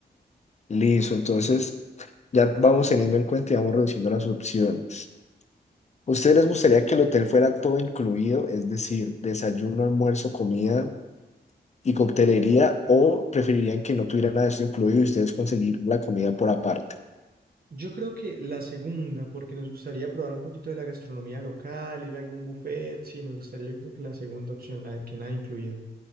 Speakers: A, on the left; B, on the right.
A: Listo, entonces ya vamos teniendo en cuenta y vamos reduciendo las opciones. ¿A ¿Ustedes les gustaría que el hotel fuera todo incluido, es decir, desayuno, almuerzo, comida y coctelería, o preferirían que no tuviera nada de esto incluido y ustedes conseguir la comida por aparte?
B: Yo creo que la segunda, porque nos gustaría probar un poquito de la gastronomía local, ir a algún buffet, sí, nos gustaría, yo creo que la segunda opción, la de que nada incluido.